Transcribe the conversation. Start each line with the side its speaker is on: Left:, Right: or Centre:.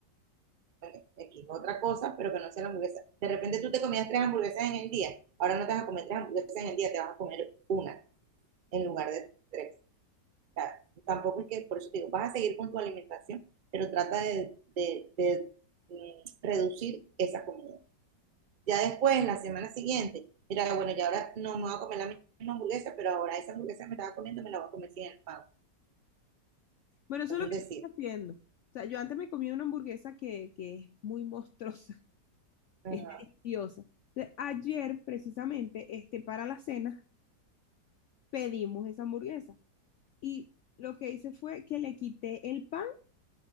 Right: bueno, X, otra cosa, pero que no sea la hamburguesa. De repente tú te comías tres hamburguesas en el día, ahora no te vas a comer tres hamburguesas en el día, te vas a comer una en lugar de tres. sea, tampoco es que, por eso te digo, vas a seguir con tu alimentación, pero trata de, de, de, de reducir esa comida. Ya después, en la semana siguiente, mira, bueno, ya ahora no me voy a comer la misma hamburguesa, pero ahora esa hamburguesa me estaba comiendo, me la voy a comer sin el pan.
Left: Bueno, eso
Right: Es
Left: es
Right: un
Left: lo que
Right: decir.
Left: estoy haciendo. O sea, yo antes me comí una hamburguesa que, que es muy monstruosa, <laughs>
Right: Ajá,
Left: es deliciosa. Entonces, ayer, precisamente, este, para la cena, pedimos esa hamburguesa. Y lo que hice fue que le quité el pan